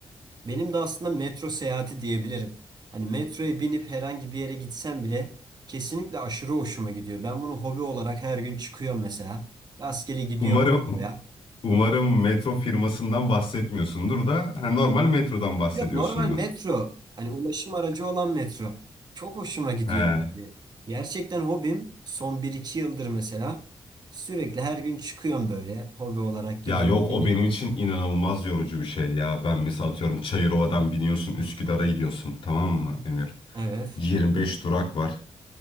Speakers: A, on the right (about 45°); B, on the left (about 65°).
A: Benim de aslında metro seyahati diyebilirim. Hani metroya binip herhangi bir yere gitsem bile kesinlikle aşırı hoşuma gidiyor. Ben bunu hobi olarak her gün çıkıyorum mesela. Rastgele gidiyorum
B: Umarım
A: metroya.
B: <laughs> umarım metro firmasından bahsetmiyorsundur da ha, normal metrodan bahsediyorsundur.
A: Yok normal metro. Hani ulaşım aracı olan metro. Çok hoşuma gidiyor.
B: He.
A: Yani. Gerçekten hobim son bir iki yıldır mesela. Sürekli her gün çıkıyorum böyle. Hobi olarak gidiyorum,
B: Ya yok
A: biniyorum.
B: o benim için inanılmaz yorucu bir şey ya. Ben mesela atıyorum Çayırova'dan biniyorsun Üsküdar'a gidiyorsun tamam mı Emir?
A: Evet.
B: 25 durak var.